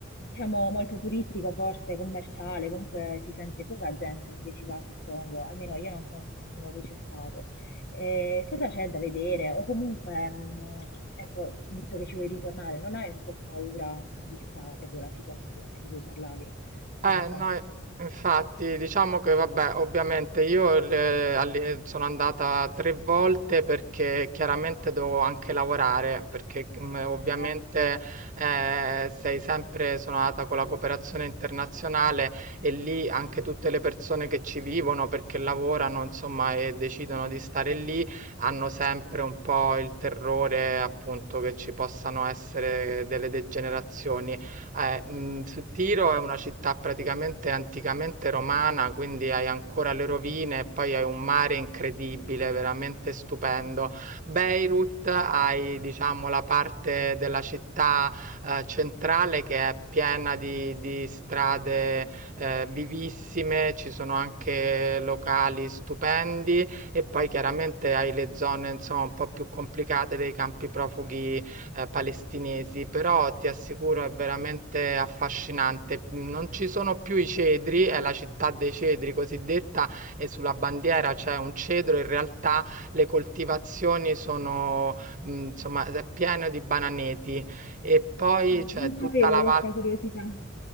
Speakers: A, on the left; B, on the right.
A: diciamo, molto turistico, forse commerciale, comunque si sente poca gente che ci va, suppongo, almeno io non conosco nessuno che c'è stato. Eh, cosa c'è da vedere? O comunque, mm, ecco, visto che ci vuoi ritornare, non hai un po' paura, vista proprio la situazione di cui parlavi
B: Eh,
A: poco fa?
B: no, infatti, diciamo che vabbè, ovviamente io le- alle- sono andata tre volte perché chiaramente devo anche lavorare, perché mm, ovviamente
A: Ah, ecco.
B: eh, sei sempre, sono andata con la cooperazione internazionale e lì anche tutte le persone che ci vivono perché lavorano, insomma, e decidono di stare lì, hanno sempre un po' il terrore appunto che ci possano essere delle degenerazioni. Eh, mhmm, su Tiro è una città praticamente anticamente romana, quindi hai ancora le rovine e poi hai un mare incredibile, veramente stupendo. Beirut hai, diciamo, la parte della città, ehm, centrale che è piena di di strade, ehm, vivissime, ci sono anche locali stupendi e poi chiaramente hai le zone, insomma, un po' più complicate dei campi profughi eh, palestinesi, però ti assicuro è veramente affascinante. Non ci sono più i cedri, è la città dei cedri cosiddetta, e sulla bandiera c'è un cedro, in realtà le coltivazioni sono, mh, insomma, è pieno di bananeti e poi
A: Ah,
B: c'è
A: non
B: tutta
A: sapevo
B: la valle.
A: questa curiosità.